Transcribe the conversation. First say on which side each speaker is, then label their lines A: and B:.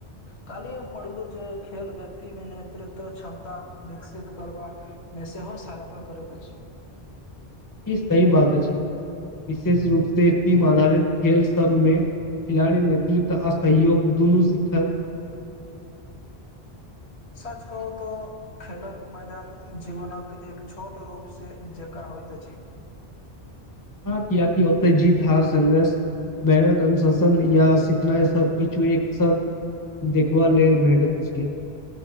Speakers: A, on the left; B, on the left.
A: काली हम पढ़लु जे खेल व्यक्ति मे नेतृत्व क्षमता विकसित करबा ए सेहोे सहायता करैत अछि
B: ई सही बात अछि विशेष रूप से टीम आधारित खेल सबमे खिलाड़ी नेतृत्व आ सहयोग दुनू सिखत्
A: सच कहू तो खेलक मैदान जीवनक एक छोट रूप से जकर होइइत छै
B: हँ किया की ओतऽ जीत हार संघर्ष मेहनत अनुशासन या सिखनाइ सबकछु एक साथ देखबा लेल बैठल अछि